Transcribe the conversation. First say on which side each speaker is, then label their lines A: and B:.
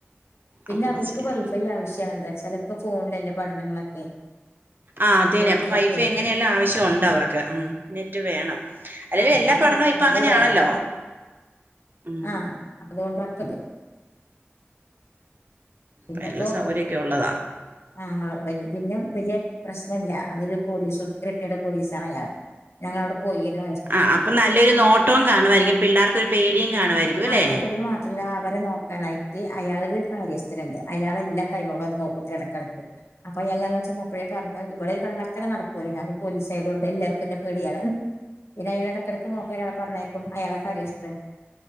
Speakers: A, on the left (about 75°); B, on the right (about 50°).
A: പിന്നെ
B: അപ്പൊ
A: അവർക്ക്
B: ശരി
A: വൈഫൈ ആവശ്യമാണ്. എന്താ വച്ചാൽ ഇപ്പോ ഫോണിലല്ലേ പഠനങ്ങളൊക്കെ
B: ആഹ് അതേ തന്നെ
A: എഴുത്തതൊക്കെ
B: അപ്പൊ വൈഫൈ എങ്ങനെയല്ല ആവശ്യംണ്ട് അവർക്ക് മം നെറ്റ് വേണം അല്ലെലും
A: ആഹ്
B: എല്ലാ
A: അപ്പോ
B: പഠനവും
A: അതുകൊണ്ട്
B: ഇപ്പൊ അങ്ങനെയാണല്ലോ
A: വേണം.
B: ഉം
A: ആഹ് അപ്പോ അതുകൊണ്ട് വക്കത് പിന്നെപ്പോ
B: അത്രള്ള സൗകര്യമൊക്കെ ഉള്ളതാണ്
A: ആ ഉള്ളത് വല്ത്, പിന്നെ വലിയ പ്രശ്നല്ല അത്ഒരു പോലീസ് റിട്ടേർഡ് പോലീസാണ് അയാള് ഞങ്ങവിടെ പോയിനു
B: ആഹ് അപ്പൊ നല്ലൊരു നോട്ടവും കാണുമായിരിക്കും പിള്ളേർക്കൊരു പേടിയും കാണുയിരിക്കും അല്ലേ
A: അവരെ പേടികൾ അവരെ നോക്കാനായിട്ട് അയാളരു കാര്യസ്ഥനുണ്ട് അയാളെല്ലാ കാര്യങ്ങളും വന്ന് നോകുത്രെ ഇടക്കിടക്ക് അപ്പൊ അയാള് ഞങ്ങള് ചെന്നപ്പോഴേ പറഞ് ഇവിടെ ഒരു കള്ളത്തരം നടക്കൂല്ല. ഞാൻ ഒരു പോലീസ് ആയതുകൊണ്ട് എല്ലാവർക്കും ഇന്നേ പേടിയാണ് പിന്നെ അങ്ങനെ ഇടക്കിടക്ക് നോക്കാൻ ഒരാളെ പറഞ്ഞേക്കും അയാള കാര്യസ്ഥൻ